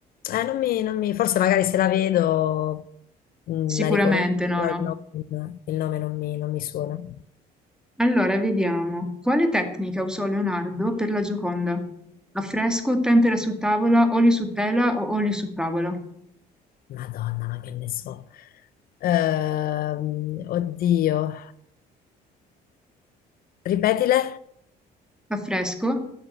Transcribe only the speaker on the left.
Eh, non mi, non mi- forse magari se la vedo mh,
la riconosco,
però
il nome, il nome non mi, non mi suona.
Madonna, ma che ne so. Ehm, oddio, ripetile,